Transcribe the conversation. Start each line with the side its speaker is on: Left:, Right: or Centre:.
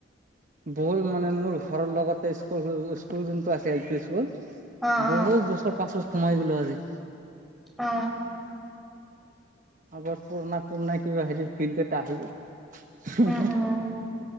Right: বল মানে মোৰ ঘৰৰ লগতে স্কুল স্কুল যোনটো আছে এল পি স্কুল
Centre: অ
Right: বহুত
Centre: অ
Right: বছৰ পাছত সোমাই গলোঁ আজি
Centre: অ।
Right: আগৰ পুৰণা পুৰণা কিবা হেৰি ফিল কেইটা আহি গ'ল।
Centre: উম, উম,